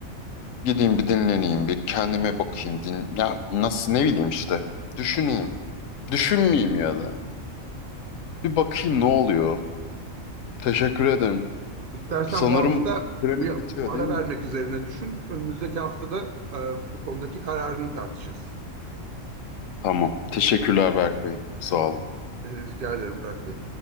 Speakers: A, on the left; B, on the right.
A: Gideyim bir dinleneyim, bir kendime bakayım. Din ya nasıl ne bileyim işte. Düşüneyim. Düşünmeyeyim ya da. Bir bakayım ne oluyor. Teşekkür ederim.
B: İstersen
A: Sanırım
B: bu hafta
A: süremiz
B: bir
A: bitiyor
B: ara
A: değil mi?
B: vermek üzerine düşün. Önümüzdeki haftada e, bu konudaki kararını tartışırız.
A: Tamam. Teşekkürler Berk Bey. Sağ olun.
B: E, rica ederim Burak Bey.